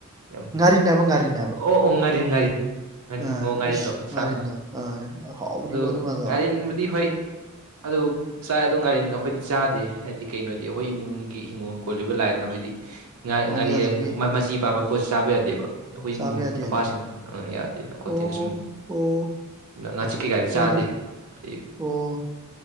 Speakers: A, on the right; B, on the right.
A: ꯌꯥꯝ
B: ꯉꯥꯔꯤꯟ ꯍꯥꯏꯕ ꯉꯥꯔꯤꯟ ꯍꯥꯏꯕ
A: ꯑꯣ ꯑꯣ ꯉꯥꯔꯤ ꯉꯥꯔꯤ ꯉꯥꯔꯤ
B: ꯑꯥ
A: ꯉꯣ ꯉꯥꯔꯤꯦꯟꯗꯣ
B: ꯏꯁ
A: ꯑꯁꯥꯡꯅ
B: ꯉꯥꯔꯤꯟꯗꯣ ꯑꯥ ꯍꯥꯎꯕꯅꯤꯀꯣ
A: ꯑꯗꯨ
B: ꯉꯥꯗꯣ
A: ꯉꯥꯔꯤꯦꯟꯕꯨꯗꯤ ꯍꯣꯏ ꯑꯗꯨ ꯆꯥꯏ ꯑꯗꯨ ꯉꯥꯏꯔꯤꯏ ꯑꯩꯈꯣꯏꯗꯤ ꯆꯥꯗꯦ ꯍꯥꯏꯗꯤ ꯀꯩꯅꯣꯗꯤ ꯑꯩꯈꯣꯏ ꯏꯃꯨꯡꯒꯤ ꯍꯤꯡꯒꯣꯜ ꯀꯣꯜꯂꯤꯕ ꯂꯥꯏꯗꯨꯅ ꯑꯩꯈꯣꯏꯗꯤ ꯉꯥ
B: ꯑꯣ
A: ꯉꯥꯔꯤ
B: ꯌꯥꯗꯕꯒꯤ
A: ꯃꯆꯤ ꯄꯥꯝꯕ ꯄꯣꯠꯁꯤ ꯆꯥꯕ ꯌꯥꯗꯦꯕ ꯑꯩꯈꯣꯏ
B: ꯆꯥꯕ
A: ꯏꯃꯨꯡꯒꯤ
B: ꯌꯥꯗꯦꯅ
A: ꯅꯨꯄꯥꯁꯤꯡꯅ ꯌꯥꯗꯦꯅ ꯈꯣꯠꯇꯦꯅ
B: ꯑꯣ
A: ꯁꯨꯝ
B: ꯑꯣ
A: ꯉꯥꯆꯤꯛ ꯀꯩꯀꯥꯗꯤ
B: ꯑꯗꯨꯅꯤ
A: ꯆꯥꯗꯦ ꯑꯩ
B: ꯑꯣ